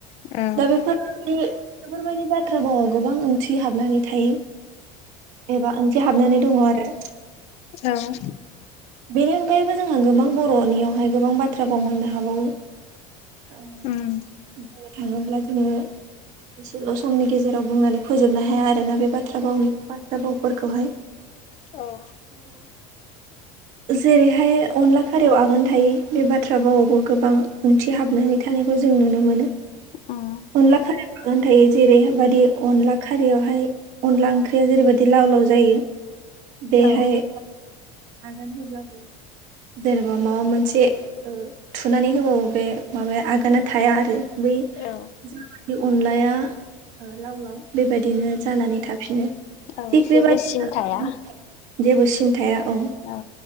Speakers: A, on the left; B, on the right.
A: औ
B: दा बेफोरबायदि बेफोरबायदि बाथ्रा भावआव गोबां ओंथि हाबनानै थायो। एबा ओंथि हाबनानै दङ आरो।
A: औ
B: बेनि अनगायैबो जोंहा गोबां बर'नियावहाय गोबां बाथ्रा बाव मोननो हा हाबावो बुंनो
A: उम
B: थाङोब्ला जोङो एसेल' समनि गेजेराव बुंनानै फोजोबनो हाया आरोना बे बाथ्रा भावनि बाथ्रा बावफोरखौहाय।
A: औ
B: जेरैहाय अनला खारियाव आगान थायो बे बाथ्रा भावआवबो गोबां ओंथि हाबनानै थानायखौ जों नुनो मोन
A: उम
B: अनला खा आगान थायै जेरैबादि अनला खारियावहाय अनला ओंख्रिया जेरैबायदि लाव लाव जायो बेहाय
A: औ
B: <unintelligible> होब्लाबो जेनेबा माबा मोनसे ओ थुनानै होबाबो बे माबाया आगाना थाया आरो बै
A: औ
B: जाबायदि अनलाया लाव लाव बेबायदिनो जानानै थाफिनो।
A: औ
B: थिग
A: जेबो
B: बेबादिनो
A: सिन थाया
B: जेबो सिन थाया औ।
A: औ